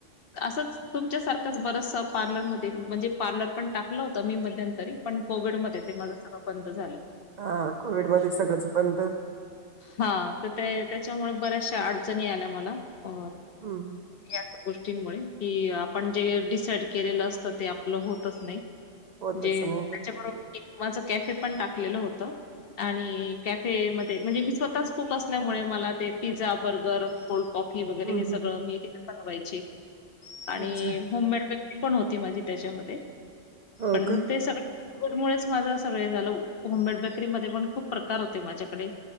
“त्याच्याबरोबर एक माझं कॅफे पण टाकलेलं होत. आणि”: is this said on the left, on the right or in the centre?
Left